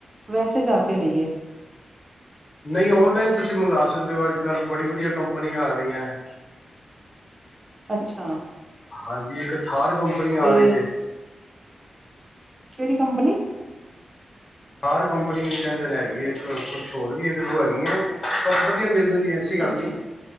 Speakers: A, on the right (about 20°); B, on the left (about 35°).
A: ਵੈਸੇ ਜਾ ਕੇ ਲਈਏ
B: ਨਹੀਂ ਔਨਲਾਈਨ ਤੁਸੀਂ ਮੰਗਵਾ ਸਕਦੇ ਹੋ ਅੱਜ ਕੱਲ੍ਹ ਬੜੀ ਵਧੀਆ ਕੰਪਨੀਆਂ ਆ ਰਹੀਆਂ ਹੈ
A: <inaudible> ਅੱਛਾ
B: ਹਾਂਜੀ, ਇੱਕ ਥਾਰ ਕੰਪਨੀ
A: ਤੇ
B: ਆ ਰਹੀ ਜੇ
A: ਕਿਹੜੀ ਕੰਪਨੀ
B: ਥਾਰ ਕੰਪਨੀ ਕਹਿੰਦੇ ਨੇ ਹੈਗੀ ਇੱਕ ਕੁਛ ਹੋਰ ਵੀ ਇੱਕ ਦੋ ਹੈਗੀਆਂ ਪਰ ਵਧੀਆ ਮਿਲ ਜਾਂਦੀਆਂ ਐਸੀ ਗੱਲ
A: ਅੱਛਾ
B: ਨੀ,